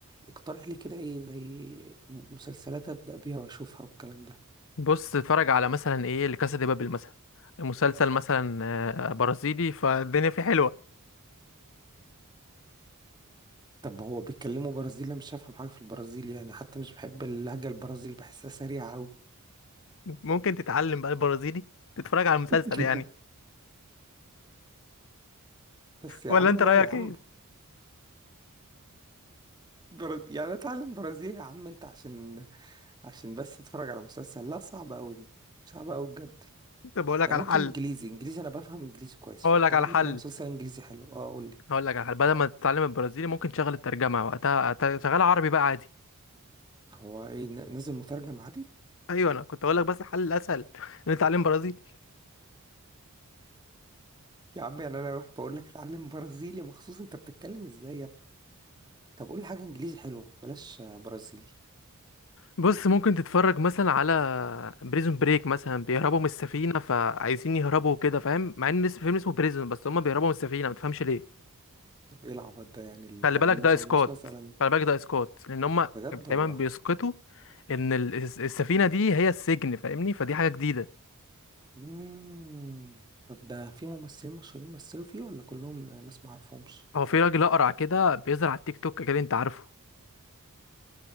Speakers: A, on the right; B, on the left.
A: اقترح لي كده ايه زي م- مسلسلات ابدا بيها واشوفها والكلام ده
B: بص تتفرج على مثلا ايه لكاسا دي بابل مثلا مسلسل مثلا آه، برازيلي فالدنيا فيه حلوه
A: طب هو بيتكلموا برازيلي أنا مش هفهم حاجه في البرازيل يعني حتى مش بحب اللهجه البرازيلي بحسها سريعه قوي
B: ممكن تتعلم بقى البرازيلي تتفرج على المسلسل
A: <laughs>
B: يعني
A: بس يا
B: ولا
A: عم
B: انت
A: لا
B: رايك
A: يا عم
B: ايه
A: برا... يعني اتعلم برازيلي يا عم انت عشان عشان بس اتفرج على مسلسل لا صعب قوي دي صعب قوي بجد
B: كنت بقول لك
A: يعني
B: على
A: ممكن
B: حل
A: انجليزي انجليزي انا بفهم انجليزي كويس
B: اقول
A: فاختار
B: لك على
A: لي
B: حل
A: كده مسلسل انجليزي حلو اه قول لي
B: هقول لك على حل بدل ما تتعلم البرازيلي ممكن تشغل الترجمه وقتها شغال عربي بقى عادي
A: هو ايه ن- نازل مترجم عادي
B: ايوه انا كنت اقول لك بس الحل الاسهل ان أنت تتعلم برازيلي
A: يا عم يعني انا اروح بقول لك اتعلم برازيلي مخصوص انت بتتكلم ازاي يا ابني طب قول لي حاجه انجليزي حلوه بلاش آه، برازيلي
B: بص ممكن تتفرج مثلا على بريزون بريك مثلا بيهربوا من السفينة فعايزين يهربوا كده فاهم مع ان اسم فيلم اسمه بريزون بس هما بيهربوا من السفينة متفهمش ليه
A: طب ايه العبط ده يعني ال-
B: خلي
A: طب
B: بالك
A: ليه ما
B: ده
A: سموهوش
B: اسقاط
A: مثلا
B: خلي بالك ده اسقاط لان هما
A: بجد والله
B: دايما بيسقطوا ان ال- الس- السفينة دي هي السجن فاهمني فدي حاجة جديدة
A: امم طب ده في ممثلين مشهورين مثلوا فيه ولا كلهم ناس ما اعرفهمش
B: هو في راجل اقرع كده بيظهر على التيك توك كده انت عارفه